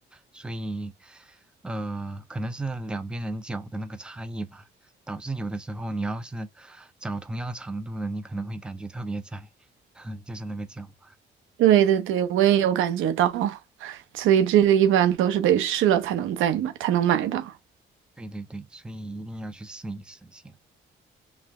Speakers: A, in the centre; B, on the right (about 85°).
A: 所以，呃，可能是两边人脚的那个差异吧，导致有的时候你要是找同样长度的，你可能会感觉特别窄，<laughs> 就是那个脚。
B: 对对对，我也有感觉到，所以这个一般都是得试了才能再买，才能买到。
A: 对对对，所以一定要去试一试先。